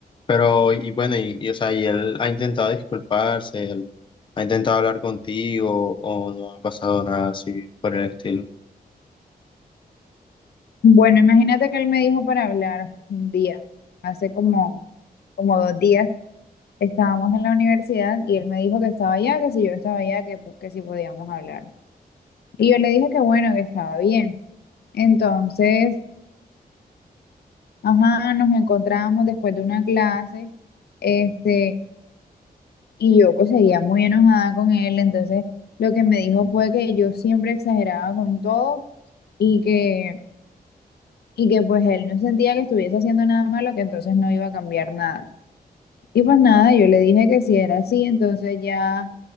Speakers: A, on the left; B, on the left.
A: Pero, y bueno, y, y, o sea, y él ha intentado disculparse, él ha intentado hablar contigo, o no ha pasado nada así por el estilo.
B: Bueno, imagínate que él me dijo para hablar un día, hace como, como dos días, estábamos en la universidad y él me dijo que estaba allá, que si yo estaba allá, que, que si podíamos hablar. Y yo le dije que bueno, que estaba bien. Entonces, ajá, nos encontramos después de una clase. Este, Y yo pues seguía muy enojada con él, entonces lo que me dijo fue que yo siempre exageraba con todo y que, y que pues él no sentía que estuviese haciendo nada malo, que entonces no iba a cambiar nada. Y pues nada, yo le dije que si era así, entonces ya